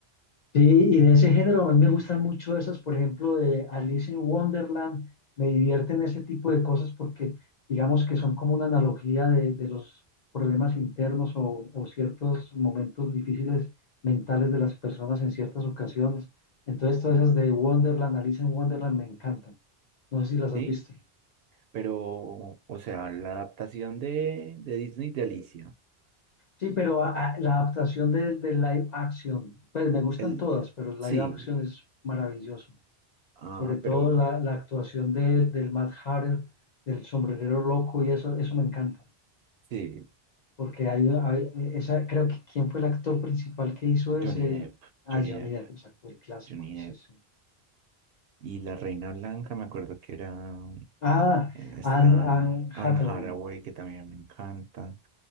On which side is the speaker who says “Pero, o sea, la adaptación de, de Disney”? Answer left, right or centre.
Right